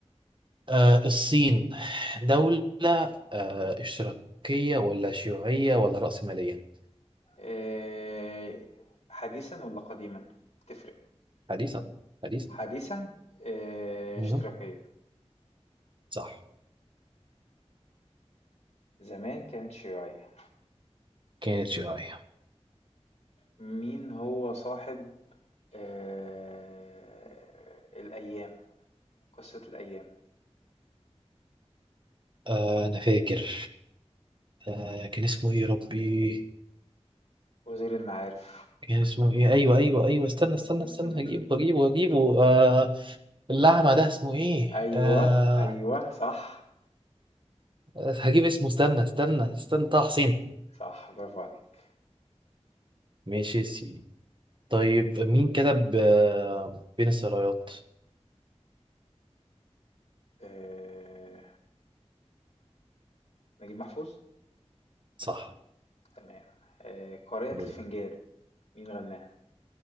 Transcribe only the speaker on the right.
آه الصين دولة آه اشتراكية ولا شيوعية ولا رأسمالية
حديثا حديثا
مهم.
صح
كانت شوية
آه أنا فاكر آه كان اسمه إيه يا ربي
كان اسمه إيه أيوه أيوه أيوه
استنى استنى استنى هجيبه هجيبه هجيبه آه الأعمى ده اسمه إيه
آه
هجيب اسمه استنى استنى استنى طه حسين
ماشي يا سيدي طيب مين كتب آه بين السرايات
صح
دورك